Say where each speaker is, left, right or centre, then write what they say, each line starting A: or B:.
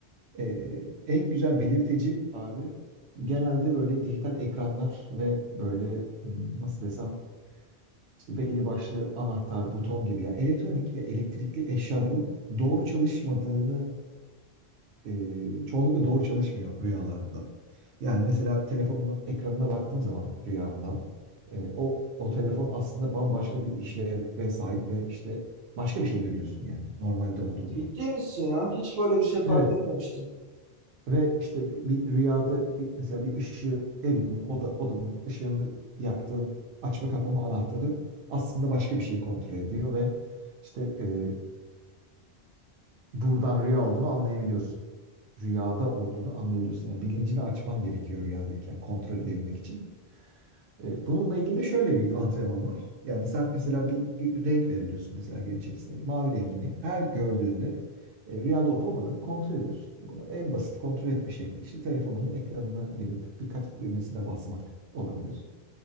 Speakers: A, on the right; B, on the right.
A: Ee, en güzel belirteci abi genelde böyle dijital ekranlar ve böyle hmm, nasıl desem işte belli başlı anahtar, buton gibi ya elektronik ve elektrikli eşyaların doğru çalışmadığını e, çoğunlukla doğru çalışmıyor rüyalarda. Yani mesela telefonun ekranına baktığın zaman rüyanda e, o o telefon aslında bambaşka bir işleve sahip ve işte başka bir şey görüyorsun yani normalde olduğundan.
B: Ciddi misin ya? Hiç böyle bir şey fark
A: Evet,
B: etmemiştim.
A: Ve işte bir, bir rüyada bir, mesela bir ışığı evinin oda, odanın ışığını yaktığın açma kapama anahtarı aslında başka bir şeyi kontrol ediyor ve işte e, buradan rüya olduğunu anlayabiliyorsun. Rüyada olduğunu anlayabiliyorsun. Yani bilincini açman gerekiyor rüyadayken kontrol edebilmek için. E, Bununla ilgili de şöyle bir antrenman var. Yani sen mesela bir bir renk belirliyorsun mesela gün içerisinde. Mavi rengini her gördüğünde e, rüyada olup olmadığını kontrol ediyorsun. Bunu en basit kontrol etme şekli işte telefonunun ekranına girip birkaç düğmesine basmak olabilir.